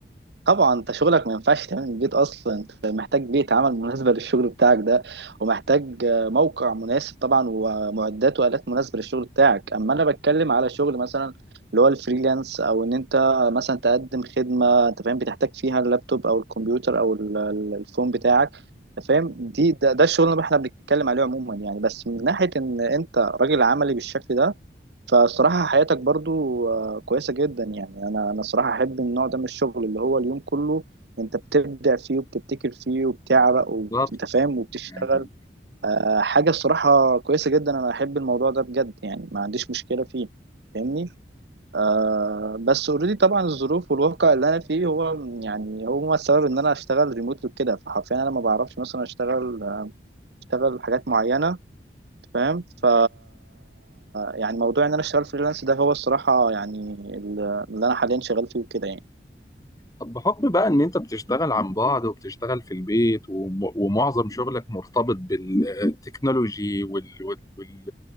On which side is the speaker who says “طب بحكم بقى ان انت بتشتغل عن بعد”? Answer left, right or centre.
Left